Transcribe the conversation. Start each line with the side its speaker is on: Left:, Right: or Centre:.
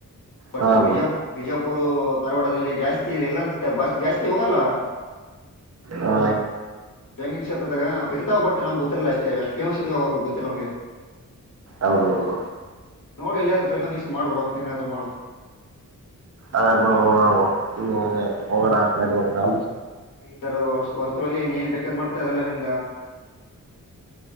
Left: ಬಟ್
Right: ಹಾ
Left: ಬಿಜಾ
Right: ಬ್ರೋ
Left: ಬಿಜಾಪುರೂ ಧಾರವಾಡದಲ್ಲಿ ಜಾಸ್ತಿ ಇಲ್ಲ ಅನ್ಸ್ ತ್ತೆ ಬಸ್. ಜಾಸ್ತಿ ಹೋಗಲ್ಲ
Right: ಹ
Left: ಬ್ಯಾಂಕಿಂಗ್ ಕ್ಷೇತ್ರದಾಗ ಬಟ್ಟ ನಮ್ ಗೊತ್ತಲ್ಲ ಅಷ್ಟೇ ಅಷ್ಟ ಫೇಮಸ್ ಇದು ಗೊತ್ತಿಲ್ಲ ಅವ್ಗೆ
Right: ಹೌಹೌದೌಬ
Left: ನೋಡಿ ಎಲ್ಲಿಯಾದ್ರೂ ತಿಳ್ಕೊಂಡು ಇಷ್ಟ ಮಾಡ್ಬ ಏನಾದ್ರರು ಮಾಡು
Right: ಅದೇ <unintelligible> ಹೋಗೋಣ ಅ ಕಡೆಗೆ ಹೋಗೋಣ
Left: ಇದ ಹೊರತೊಳಗೆ ಏನ್ ಬೇಕಕ್ಕದ ಮಾಡತತೆ ಅದೆಲ್ಲ ನಿನ್